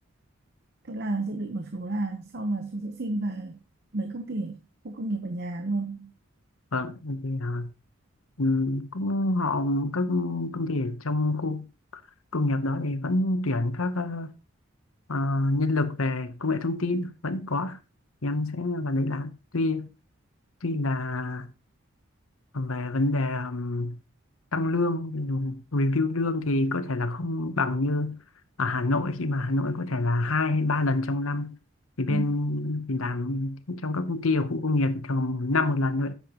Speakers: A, on the right; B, on the left.
A: Tức là dự định của chú là sau là chú sẽ xin về mấy công ty ở khu công nghiệp ở nhà luôn.
B: vâng thì à, ừm, cũng họ các công ty ở trong khu công nghiệp đó thì vẫn tuyển các ờ, ờ, nhân lực về công nghệ thông tin vẫn có em sẽ vào đấy làm tuy tuy là về vấn đề um, tăng lương review lương thì có thể là không bằng như ở Hà Nội khi mà Hà Nội có thể là hai hay ba lần trong năm thì bên
A: Ừ.
B: thì làm trong các công ty ở khu công nghiệp thì thường năm một lần thôi